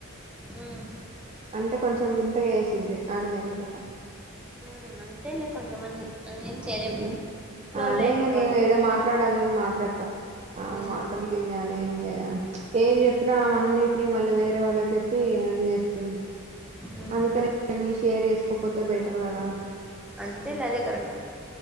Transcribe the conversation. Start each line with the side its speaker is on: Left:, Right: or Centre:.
Centre: ఉమ్
Right: అంటే కొంచెం వింతగా చే సిద్ది ఆడికి పోయిన్ తర్వాత
Centre: మ్మ్ అంతే లే కొంతమంది. ఏం చేయలేం
Right: మ్
Centre: ఫ్లో
Right: అదే
Centre: లో వెళ్ళిపోవాల
Right: ఇంకా నేను ఏదో మాట్లాడాలని మాట్లాడుతా ఆ
Centre: ఉమ్
Right: మాటలకి ఇంకా నేను ఇంకా ప్చ్ ఏం చెప్పినా ఆమ అవన్నిటిని మళ్ళీ వేరే వాళ్ళకి చెప్పి అది చేస్తుంది.
Centre: ఉమ్
Right: అందుకనే మి షేర్ చేసుకోకపోతే బెటర్ కదా అనీ
Centre: అంతేలే అదే కరెక్ట్